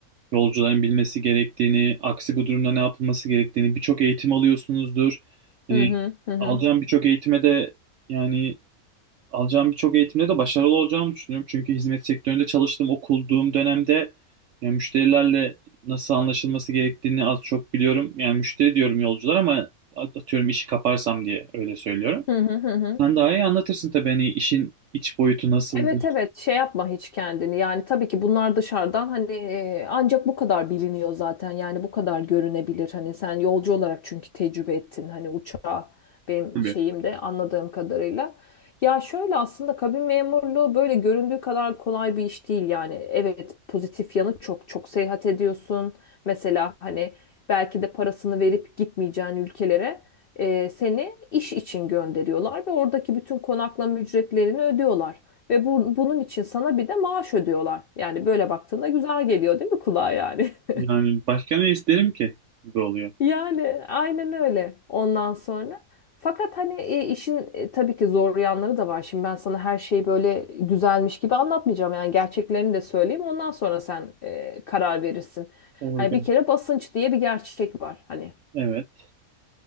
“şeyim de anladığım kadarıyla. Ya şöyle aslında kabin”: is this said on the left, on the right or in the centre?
Left